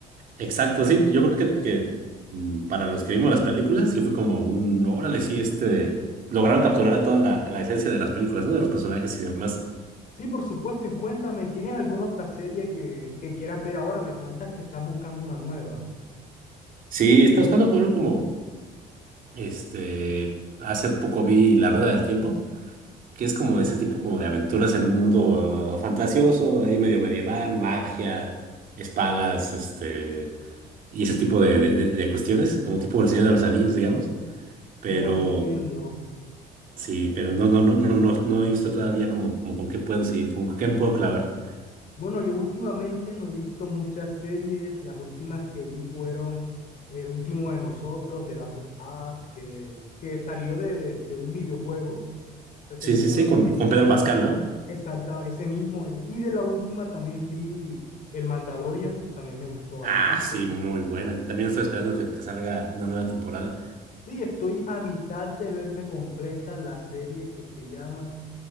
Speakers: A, on the right (about 55°); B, on the left (about 50°).
A: exacto, sí. Yo creo que, que mm, para los que vimos las películas, sí fue como un, órale, sí, este, lograron capturar toda la, la esencia de las películas, ¿no? De los personajes y demás.
B: Sí, por supuesto. Y cuéntame, ¿tienes alguna otra serie que, que quieras ver ahora? Me cuentas que estás buscando una nueva.
A: Sí, está buscando como, como Este, hace poco vi La Rueda del Tiempo, que es como ese tipo como de aventuras en un mundo ah, fantasioso, ahí medio medieval, magia, espadas, este, y ese tipo de, de- de- de cuestiones, como tipo El Señor de los Anillos, digamos. Pero
B: No entiendo.
A: sí, pero no, no, no, no, no, no he visto todavía como, como con qué puedo seguir, como con qué me puedo clavar.
B: Bueno, yo últimamente no he visto muchas series. Las últimas que vi fueron El último de nosotros, de Last of Us, que, que salió de, de un videojuego. Esa
A: Sí,
B: serie
A: sí,
B: estaba
A: sí, con,
B: viendo.
A: con Pedro Pascal, ¿no?
B: Exacta, ese mismo. Y de la última también vi El Mandalorian, también me gustó bastante.
A: Ah, sí, muy buena, que también estoy esperando que, que salga una nueva temporada.
B: Sí, estoy a mitad de verme completa la serie que se llama